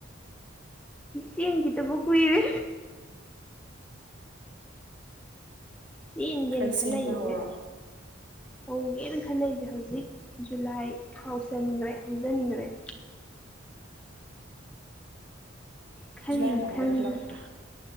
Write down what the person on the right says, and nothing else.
ꯈꯔ
ꯆꯦꯟꯕ ꯍꯧꯔꯣ
ꯖꯨꯂꯥꯏ ꯃꯃꯥꯡꯗꯩ
ꯈꯜꯂꯛꯄ꯭ꯔꯥ